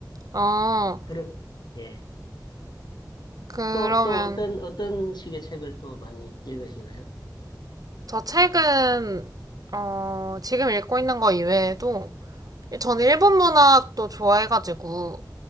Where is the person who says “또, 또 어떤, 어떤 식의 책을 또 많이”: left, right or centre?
Left